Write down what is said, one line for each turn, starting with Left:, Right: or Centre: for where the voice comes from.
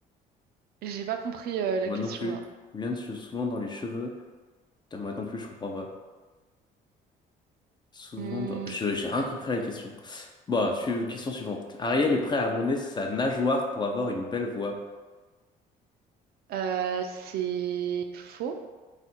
Right: J'ai pas compris euh, la
Left: Moi
Right: question
Left: non plus.
Right: là.
Left: Mulan se joue souvent dans les cheveux. Putain, moi non plus, je comprends pas. Souvent
Right: Hmm,
Left: dans... Je, j'ai rien compris à la question. Bon, su- question suivante. Ariel est prêt à abandonner sa nageoire pour avoir une belle voix.
Right: Euh, c'est faux.